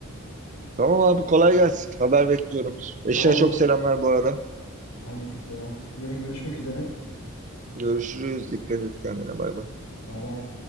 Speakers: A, on the right; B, on the left.
A: Tamam abi kolay gelsin. Haber bekliyorum. Eşine
B: Tamamdır.
A: çok selamlar bu arada.
B: Aleykümselam. Yarın görüşmek üzere.
A: Görüşürüz. Dikkat et kendine. Bay bay.
B: Bay bay.